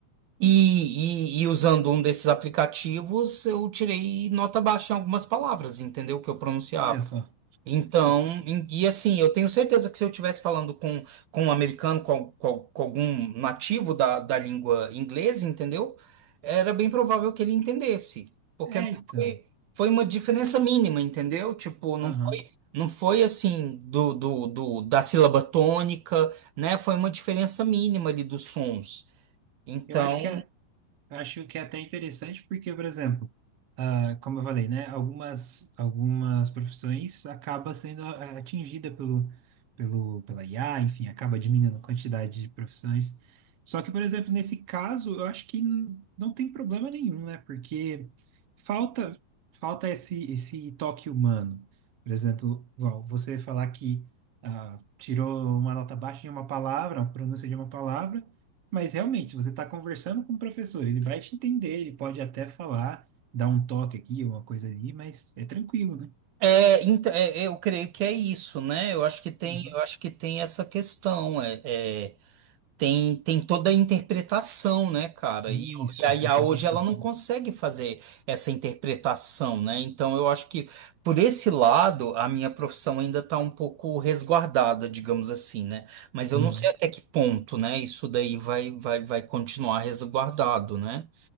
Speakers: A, on the right; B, on the right.
A: e, e, e usando um desses aplicativos, eu tirei nota baixa em algumas palavras, entendeu? Que eu pronunciava.
B: Olha só.
A: Então, em- e assim, eu tenho certeza que se eu estivesse falando com, com um americano, com, al- com, al- com algum nativo da, da língua inglesa, entendeu? Era bem provável que ele entendesse, porque
B: É,
A: não
B: então.
A: foi, foi uma diferença mínima, entendeu? Tipo, não
B: Aham.
A: foi, não foi assim do, do, do, da sílaba tônica, né? Foi uma diferença mínima ali dos sons. Então,
B: Eu acho que Acho que é até interessante porque, por exemplo, ah, como eu falei, né, algumas algumas profissões acaba sendo ah, atingida pelo pelo pela IA, enfim, acaba diminuindo a quantidade de profissões. Só que, por exemplo, nesse caso, eu acho que n- não tem problema nenhum, né? Porque falta falta esse esse toque humano. Por exemplo, igual você falar que ah, tirou uma nota baixa em uma palavra, a pronúncia de uma palavra mas realmente, se você está conversando com o professor, ele vai te entender, ele pode até falar, dar um toque aqui, uma coisa ali, mas é tranquilo, né?
A: É, então, é, é, eu creio que é isso, né? Eu acho que tem,
B: Uhum.
A: eu acho que tem essa questão, é, é, tem, tem toda a interpretação, né, cara?
B: Isso,
A: E, o- e a
B: interpretação.
A: IA hoje ela não
B: Boa.
A: consegue fazer essa interpretação, né? Então eu acho que por esse lado a minha profissão ainda está um pouco resguardada, digamos assim, né? Mas
B: Uhum.
A: eu não sei até que ponto, né? Isso daí vai, vai, vai continuar resguardado, né?